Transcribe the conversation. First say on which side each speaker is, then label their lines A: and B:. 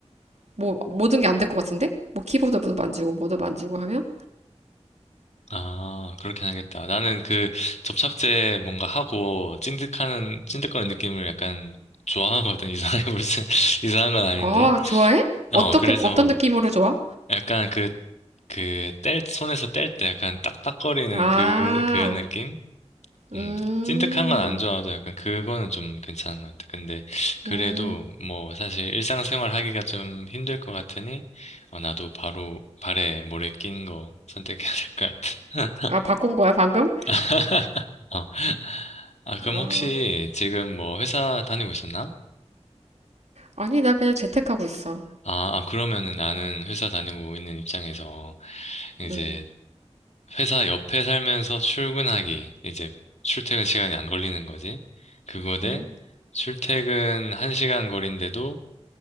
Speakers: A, on the right; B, on the left.
A: 뭐 모든 게 안 될 것 같은데? 뭐 키보드도 만지고 뭐도 만지고 하면?
B: 아, 그렇긴 하겠다. 나는 그 접착제 뭔가 하고 찐득하는, 찐득거리는 느낌을 약간 좋아하거든. 이상해, <laughs> 무슨, 이상한 건 아닌데.
A: 아, 좋아해? 어떻게
B: 어, 그래서
A: 어떤 느낌으로 좋아?
B: 약간 그, 그, 뗄, 손에서 뗄 때 약간 딱딱거리는
A: 아,
B: 그, 그 느낌?
A: 음,
B: 음, 찐득한 건 안 좋아하죠. 약간 그거는 좀 괜찮은 것 같아. 근데 그래도
A: 음,
B: 뭐 사실 일상생활 하기가 좀 힘들 것 같으니 어, 나도 바로 발에 모래 낀 거 선택해야 될 것 같아.
A: 아 바꾼 거야 방금?
B: <laughs> 어. 아, 그럼
A: 아,
B: 혹시 지금 뭐 회사 다니고 있었나?
A: 아니 나 그냥 재택하고 있어.
B: 아, 아, 그러면은 나는 회사 다니고 있는 입장에서 이제
A: 음,
B: 회사 옆에 살면서 출근하기, 이제 출퇴근 시간이 안 걸리는 거지. 그거 대
A: 응.
B: 출퇴근 1시간 거리인데도